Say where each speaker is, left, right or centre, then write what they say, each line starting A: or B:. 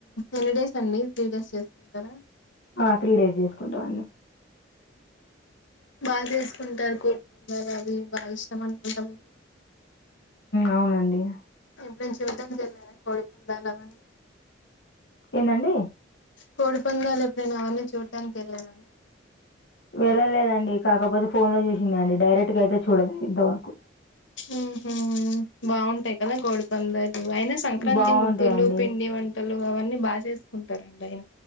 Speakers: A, on the left; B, on the left.
A: ఎన్ని డేస్ అండి త్రీ డేస్ చేసుకుంటారా
B: ఆ త్రీ డేస్ చేసుకుంటా అడి
A: బాగా చేసుకుంటారు కోటుబందలు అవి బాగా ఇష్టం అనుకుంటా మీకు
B: అవునండి
A: దంచింది చె కోడిపోందాలా మంది
B: ఏంటండి
A: కోడి పందాలు ఎప్పుడు నేను అవరిని చూడటడానికి వెళ్ళారా
B: వెళ్లలేదండి కాకపోతే ఫోన్ లో చూసింది అండి. డైరెక్ట్ గా అయితే చూడలేదు ఇంతవరకు
A: ఉహ బాగుంటాయి కదా గోడిపందరి అయినా సంక్రాంతి
B: బావుంటాయండి.
A: ముగ్గులు పిండి వంటలు అవన్నీ బాగా చేసుకుంట స్తారండి అయినా